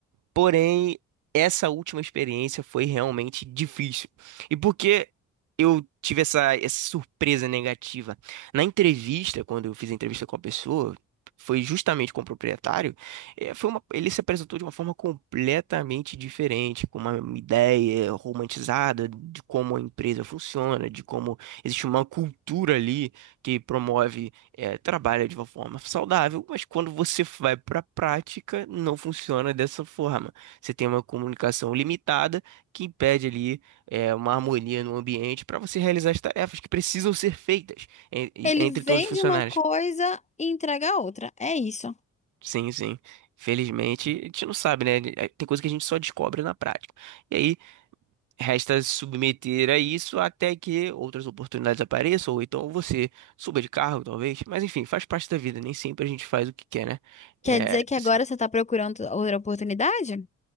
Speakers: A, on the right; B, on the left.
A: Porém, essa última experiência foi realmente difícil. E por que eu tive essa, essa surpresa negativa? Na entrevista, quando eu fiz a entrevista com a pessoa, foi justamente com o proprietário, eh, foi uma, ele se apresentou de uma forma completamente diferente, com uma ideia romantizada de como a empresa funciona, de como existe uma cultura ali que promove é, trabalha de uma forma saudável, mas quando você vai para a prática, não funciona dessa forma. Você tem uma comunicação limitada que impede ali é, uma harmonia no ambiente para você realizar as tarefas que precisam ser feitas en- e-
B: Ele
A: entre
B: vende
A: todos os funcionários.
B: uma coisa e entrega a outra. É isso.
A: Sim, sim. Felizmente, a gente não sabe, né? É, Tem coisa que a gente só descobre na prática. E aí, Resta se submeter a isso até que outras oportunidades apareçam, ou então você suba de cargo, talvez. Mas enfim, faz parte da vida, nem sempre a gente faz o que quer, né?
B: Quer
A: É,
B: dizer que agora
A: assim,
B: você está procurando outra oportunidade?